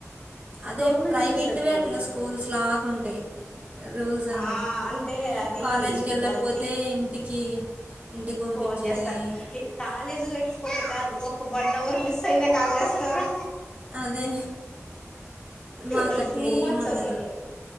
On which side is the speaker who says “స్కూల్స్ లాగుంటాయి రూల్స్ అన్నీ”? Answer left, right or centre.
Right